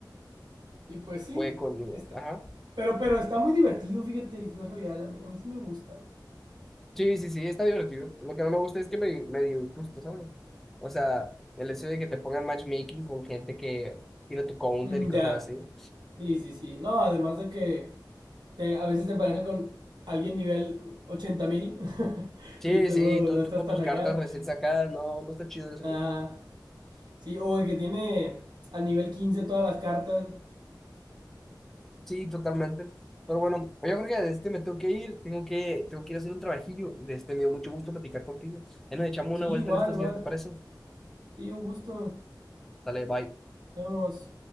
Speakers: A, on the right; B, in the centre.
A: Y pues sí,
B: Buen coludo.
A: está.
B: Ajá.
A: Pero, pero está muy divertido, fíjate, el Clash Royale. A mí, a mí sí me gusta.
B: Sí, sí, sí, está divertido. Lo que no me gusta es que me, me dio injusto, ¿sabes? O sea, el hecho de que te pongan matchmaking con gente que tiene tu counter
A: Mm,
B: y cosas
A: ya.
B: así.
A: Sí, sí, sí. No, además de que te- a veces te empareja con alguien nivel 80.000 <laughs>
B: Sí,
A: y tú
B: sí, tú,
A: no estás
B: tú con
A: tan
B: tus cartas
A: acá.
B: recién sacadas, no, no está chido eso.
A: Ajá. Sí, o el que tiene al nivel 15 todas las cartas.
B: Sí, totalmente. Pero bueno, oye, Jorge, este me tengo que ir, tengo que, tengo que ir a hacer un trabajillo. Este, me dio mucho gusto platicar contigo. Ahí nos echamos
A: Sí,
B: una vuelta
A: igual,
B: en estos
A: igual.
B: días, ¿te parece?
A: Sí, un gusto.
B: Dale, bye.
A: Nos vemos.